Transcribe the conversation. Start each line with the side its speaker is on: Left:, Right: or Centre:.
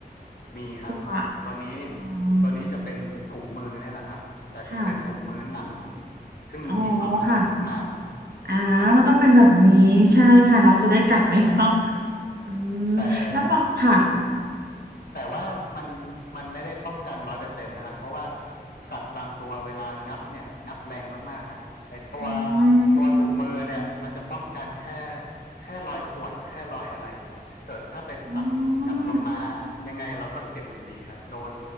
Left: มีครับตัวนี้
Right: กลัวอืม
Left: ตัวนี้จะเป็นถุงมือนี่แหละครับแต่จะเป็นถุงมือหนัง
Right: ค่ะ
Left: ซึ่งมีความหนามาก
Right: อ๋อค่ะ
Left: ๆครับ
Right: อ่ามันต้องเป็นแบบนี้ใช่ค่ะน้องจะได้กัดไม่เข้า
Left: ใช่
Right: อืมแล้วบอค่ะ
Left: แต่ แต่ว่ามันมันไม่ได้ป้องกันร้อยเปอร์เซ็นต์นะครับเพราะว่าสัตว์บางตัวเวลางับเนี่ยงับแรงมากๆครับไอตัว
Right: อ๋อ
Left: ตัวถุงมือเนี่ยมันจะป้องกันแค่แค่รอยข่วนแค่รอยอะไรอย่างเงี้ยเกิดถ้าเป็นสัตว์งับลงมายังไงเราก็เจ็บอยู่ดีครับโดน
Right: อ๋อ